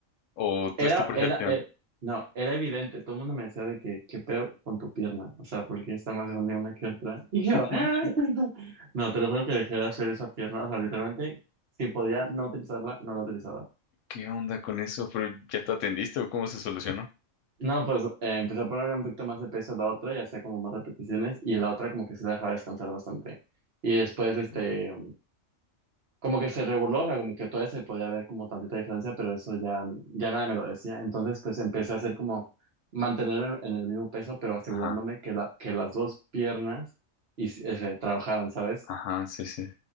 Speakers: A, on the left; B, on the right.
A: o tú
B: era,
A: es tu percepción.
B: era, eh, no, era evidente. Todo el mundo me decía de que, qué pedo con tu pierna, o sea, porque está más grande una que otra. <laughs> Y
A: <laughs>
B: yo,
A: No
B: ¡ah!
A: manches.
B: <laughs> no, te lo juro que dejé de hacer esa pierna, o sea, literalmente, si podía no utilizarla, no la utilizaba.
A: ¿Qué onda con eso? ¿Pero ya te atendiste o cómo se solucionó?
B: No, pues eh, empecé a ponerle un poquito más de peso a la otra y hacía como más repeticiones, y la otra como que se la dejaba descansar bastante. Y después, este.
A: ¿Qué?
B: como que se reguló, o sea, como que todavía se podía ver como tantita diferencia, pero eso ya, ya nadie me lo decía. Entonces, pues empecé a hacer como mantenerme en el mismo peso, pero asegurándome
A: Ajá,
B: que, la, que las dos piernas y, ese, trabajaran, ¿sabes?
A: ajá, sí, sí.